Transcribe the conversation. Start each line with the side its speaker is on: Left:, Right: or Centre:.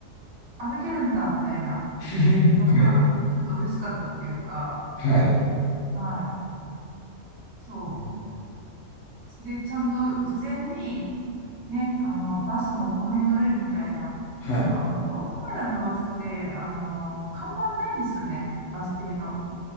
Right: 歩けるんだみたいな
Left: は
Right: のが、
Left: い、
Right: ちょっと嬉しかったっていうか、
Left: はい。
Right: はい、そ
Left: うん
Right: う。で、ちゃんと事前に、ね、あの、バスもこの辺で降りるみたいな。
Left: はいはいはいうんはいはいはいはいはいうんうんはいはいはいはいうんはいはいはい
Right: あの、オーストラリアのバスって、あの、看板ないんですよね、バス停の。